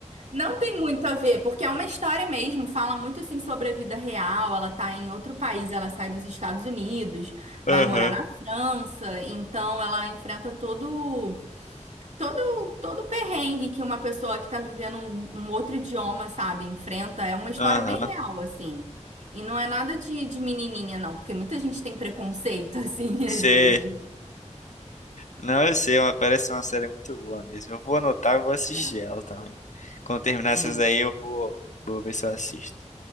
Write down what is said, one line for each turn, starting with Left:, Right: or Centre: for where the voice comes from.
Right: Não tem muito a ver, porque é uma história mesmo, fala muito assim sobre a vida real. Ela tá em outro país, ela sai dos Estados Unidos, vai
Left: Aham.
Right: morar na França, então ela enfrenta todo todo todo o perrengue que uma pessoa que tá vivendo um, um outro idioma, sabe, enfrenta. É uma história
Left: Aham.
Right: bem real assim. E não é nada de, de menininha não, porque muita gente tem preconceito <laughs> assim
Left: Sei.
Right: às vezes.
Left: Não, eu sei, mas parece uma série muito boa mesmo. Eu vou anotar e vou assistir
Right: É,
Left: ela também. Quando terminar essas
Right: é.
Left: aí, eu vou, vou ver se eu assisto.